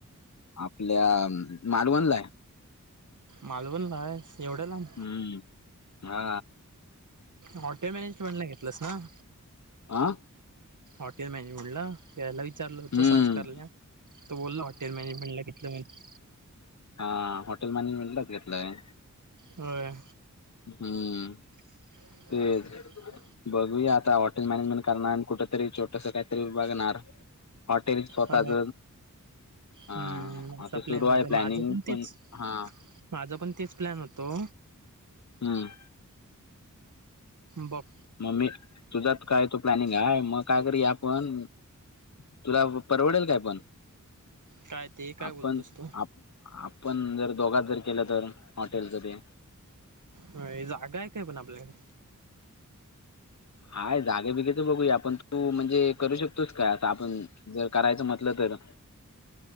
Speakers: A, on the left (about 55°); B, on the right (about 65°).
A: आपल्या अम मालवन हाय.
B: मालवणला‌ आहेस एवढ्या लांब.
A: हम्म हा
B: हॉटेल मॅनेजमेंट ला घेतलंस ना ‌?
A: आं
B: हॉटेल मॅनेजमेंट ला. त्याला विचारलं
A: हम्म
B: होतं संस्कार ल्या तो बोलला हॉटेल मॅनेजमेंटला घेतलंय म्हणे.
A: हा हॉटेल मॅनेजमेंट ला घेतलंय.
B: होय‌.
A: हम्म.
B: <inaudible>
A: तेच बघूया आता हॉटेल मॅनेजमेंट करणार अन कुठेतरी छोटंसं काय तरी बघणार. हॉटेल स्वतःच
B: हा.
A: हा
B: हम्म असा
A: असं सुरू
B: प्लॅन होता
A: आहे प्लॅनिंग
B: माझं पण तेच
A: हा
B: माझा पण तेच प्लॅन होतो
A: हम्म.
B: बप
A: म मी तुझाच काय तो प्लॅनिंग आय म काय करूया आपण ‌ तुला परवडेल काय पण
B: काय ते काय
A: आपण
B: बोलतोस तू
A: आप आपण जर दोघात ‌ जर ‌ केलं तर ‌ हॉटेलचं ते
B: होय जागा ए का पन आपल्याकड?
A: हाय जागे बीगेच बघुया आपण. तू म्हणजे करू शकतोस काय आता आपण जर करायचं म्हटलं तर?